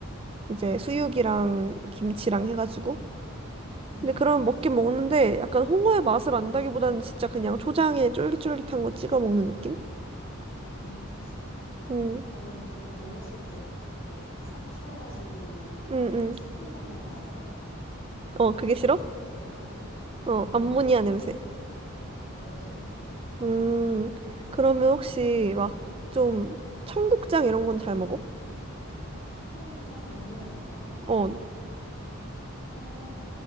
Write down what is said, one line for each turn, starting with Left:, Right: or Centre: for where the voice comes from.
Right: 이제
Left: 음,
Right: 수육이랑 김치랑 해가지고.
Left: 음,
Right: 근데 그러면
Left: 음,
Right: 먹긴 먹는데 약간 홍어의 맛을
Left: 음,
Right: 안다기보다는 진짜 그냥 초장에 쫄깃쫄깃한 거 찍어 먹는 느낌?
Left: 음, 그치.
Right: 음,
Left: 나는 그거 먹었을 때 그 삭혀가지고
Right: 응, 응.
Left: 시큼한 맛 나는 거?
Right: 어,
Left: 약간
Right: 그게
Left: 코도
Right: 싫어?
Left: 찌릿찌릿하고 나는
Right: 어,
Left: 그건
Right: 암모니아
Left: 좀 싫은
Right: 냄새.
Left: 것 같아. 어, 싫어, 싫어.
Right: 음, 그러면 혹시 막 좀 청국장 이런 건 잘 먹어?
Left: 청국장? 냄새 나는 거?
Right: 어,
Left: 어,